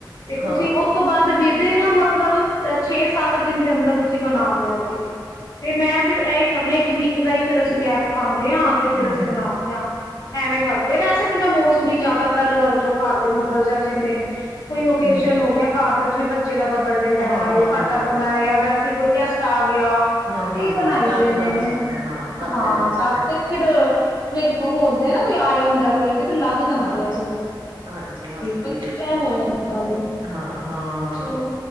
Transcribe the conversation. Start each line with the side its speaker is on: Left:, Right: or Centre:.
Left: ਤੇ ਤੁਸੀਂ
Right: ਹਾਂ
Left: ਉਸ ਤੋਂ ਬਾਅਦ ਦਿ ਨਾ ਮਤਲਬ ਛੇ ਸੱਤ ਦਿਨ ਦੇ ਅੰਦਰ ਤੁਸੀਂ ਬਣਾ ਲਿਆ ਜੇ ਤੇ ਮੈਂ ਫਿਰ ਇਹੀ ਕਰਨਾ ਇੱਕ ਵੀਕ ਤਾਂ ਹੀ ਫੇਰ ਅਸੀਂ ਗੈਪ ਪਾਉਂਦੇ ਹਾਂ ਤੇ
Right: ਹਮ
Left: ਫੇਰ ਅਸੀਂ
Right: ਹਮ
Left: ਬਣਾਦੇ ਹਾਂ ਐਵੇਂ ਕਰਦੇ ਹਾਂ ਵੈਸੇ ਤਾਂ ਮੌੋਸਮ ਜਿਆਦਾਤਰ ਜੋ ਘਰ ਦੇ ਨੂਡਲ ਜਾਂ ਜਿਵੇਂ ਕੋਈ ਓਕੇਜਨ
Right: ਹੂੰ,
Left: ਹੋ ਗਿਆ ਘਰ ਜਿਵੇਂ ਬੱਚੇ ਦਾ ਬਡੇ ਹੈਗਾ
Right: ਹਾਂ, ਹਾਂ,
Left: ਏ ਸਾਡਾ
Right: ਹਾਂ, ਹਾਂ,
Left: ਪਨਾ
Right: ਹਾਂ।
Left: ਹੈ ਵੈਸੇ ਕੋਈ ਗੈਸਟ ਆ ਗਿਆ
Right: ਹਾਂ,
Left: ਸਹੀ
Right: ਹਾਂ,
Left: ਬਣਾਈ
Right: ਹਾਂ ਤੱਤ
Left: ਦੇ ਨੇ
Right: ਲੱਗ ਜਾਂਦਾ ਹਾਂ ਤੱਤ
Left: ਹਾਂ
Right: ਤੇ ਲੱਗ ਜਾਂਦੇ
Left: ਤਦ
Right: ਨੇ
Left: ਫਿਰ ਹੁੰਦੇ ਨਾ ਕੋਈ ਆਏ ਹ ਜਾਂ ਕੋਈ ਤੇ ਫਿਰ ਲੱਗ ਜਾਂਦੇ
Right: ਹਾਂਜੀ
Left: ਆ ਫਿਰ
Right: ਹਾਂਜੀ ਹਾਂਜੀ
Left: ਬੱਚੇ ਹੋ ਜਾਂਦਾ ਵੇ
Right: ਹਾਂ ਹਾਂ
Left: ਚਲੋ